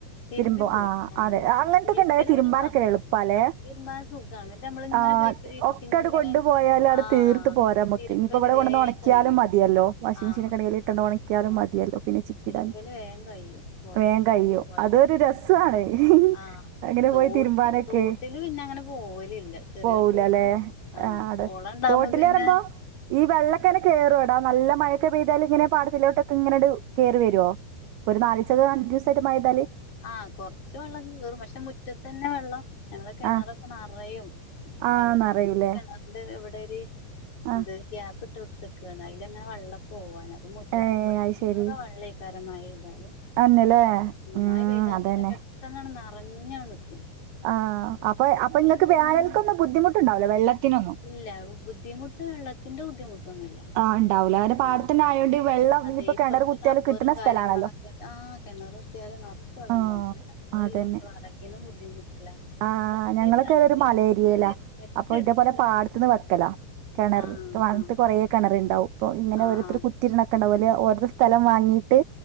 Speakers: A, on the left; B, on the right.
A: തിരുമ്പി
B: തിരുമ്പും
A: പോരും
B: ആഹ് അതെ അങ്ങനത്തൊക്കെ
A: കുളിക്കല്
B: ഉണ്ടായാ തിരുമ്പാനൊക്കെ
A: ഇവിടെ ബാത്റൂമിൽ
B: എളുപ്പാല്ലേ
A: തിരുമ്പാൻ സുഖാണ് എന്നിട്ട് നമ്മള് ഇങ്ങനെ
B: ആഹ്
A: പൈപ്പില് ഇരുത്തി
B: ഒക്കെ അട്
A: ഇങ്ങനെ
B: കൊണ്ടു പോയാലും അടെ
A: ആഹ്
B: തീർത്ത് പോരാം നമുക്ക്
A: തിരുമ്പല്
B: ഇനിപ്പോ ഇവിടെ
A: വേഗം
B: കൊണ്ടുവന്ന് ഉണക്കിയാലും
A: കഴിയും
B: മതിയല്ലോ വാഷിംഗ്
A: ആഹ്
B: മെഷീനെക്കെ എടേല് പെട്ടെന്ന്
A: അതെ
B: ഉണക്കിയാലും
A: ആഹ്
B: മതിയല്ലോ പിന്നെ ചിക്കിടാൻ
A: തിരുമ്പല് വേഗം കഴിയും കുളത്തിലേക്ക്
B: വേഗം കഴിയും
A: പോയാല്
B: അതൊരു രസ് വാണ്
A: ആഹ്
B: അങ്ങനെ
A: തോട്ക്ക്
B: പോയി തിരുമ്പാനൊക്കെ
A: തോട്ടില് പിന്നെ അങ്ങനെ പോവലില്ല ചെറിയൊരു
B: പോവൂല്ല
A: തോട്
B: അല്ലേ ആഹ് അടെ
A: കൊളം ഉണ്ടാവുമ്പോ
B: തോട്ടിലേറുമ്പോ
A: പിന്നെ
B: ഈ വെള്ളൊക്കെ ഇങ്ങനെ കേറുമോടാ നല്ല ഈ വെള്ളക്കോ എങ്ങനെ കേറും എടാ നല്ല മഴയൊക്കെ പെയ്താലും ഇങ്ങനെ പാടത്തിലോട്ടൊക്കെ ഇങ്ങനട് കേറി വരുവോ ഇപ്പം ഒരു <unintelligible> രണ്ടു ദിവസമായിട്ട് മഴ പെയ്താല്
A: ആഹ് കൊറച്ച് വെള്ളം കേറും പക്ഷെ മുറ്റത്ത് തന്നെ വെള്ളം ഞങ്ങള് കിണറൊക്കെ
B: ആ
A: നിറയും <unintelligible>
B: ആ നിറയൂലേ
A: എന്ത് ഇവിടെ ഒര്
B: ആ
A: എന്ത് ഗ്യാപ്പ് ഇട്ട് കൊടുത്തക്കാണ് അതിലങ്ങനെ വെള്ളം പോവാന് അപ്പം മുറ്റത്ത്
B: ഏ
A: കൂടെ <unintelligible>
B: അത് ശരി
A: വെള്ളായിക്കാരം മഴെയ്താല്
B: അന്നല്ലേ ഉം
A: മഴ പെയ്താ
B: അതന്നെ
A: തന്നെ പെട്ടെന്നാണ് നിറഞ്ഞാണ്
B: <inaudible>
A: നി
B: ആഹ് അപ്പൊ അപ്പൊ ഇങ്ങക്ക്
A: ചോർന്നാ
B: വേനൽക്കൊന്നും
A: അങ്ങനെ
B: ബുദ്ധിമുട്ടുണ്ടാവില്ല വെള്ളത്തിനൊന്നും
A: ഇല്ല <unintelligible> വെള്ളത്തിന്റെ ബുദ്ധിമുട്ടൊന്നൂല്ല
B: ആഹ് ഉണ്ടാവൂല അങ്ങനെ
A: ആഹ്
B: പാടത്തന്നെ ആയോണ്ട് ഈ വെള്ളം
A: അതെ
B: ഇനിയിപ്പോ
A: ഇപ്പറത്തെ
B: കിണർ കുത്തിയാല്
A: കപ്പറും
B: കിട്ടണ
A: കാര്യങ്ങളൊക്കെയിട്ട്
B: സ്ഥലാണല്ലോ
A: ആഹ് കിണറ് കുത്തിയാല് നെറച്ച് വെള്ളണ്ടാവും
B: ആഹ്
A: പിന്നെ <unintelligible>
B: അതന്നെ
A: അറക്കിനും ബുദ്ധിമുട്ടില്ല
B: ആഹ് ഞങ്ങളൊക്കെ
A: ശരിയാണ്
B: ഇവ്ടെ ഒരു
A: വെല്ലുവിളി
B: മലേരിയലാ
A: ഏറ്റെടുത്തില്ല
B: അപ്പൊ ഇതേപോലെ പാടത്തൂന്ന്
A: നമ്മള്
B: വെക്കലാ കിണറ്
A: ആഹ്
B: വാന്നട്ട്
A: ആഹ്
B: കുറേ കെണറ് ണ്ടാകും അപ്പോ ഇങ്ങനെ
A: ആഹ്
B: ഓരോരുത്തര് കുത്തിരിരണക്കണ്ടാവും അല്ലേ ഓരത് സ്ഥലം വാങ്ങി ട്ട്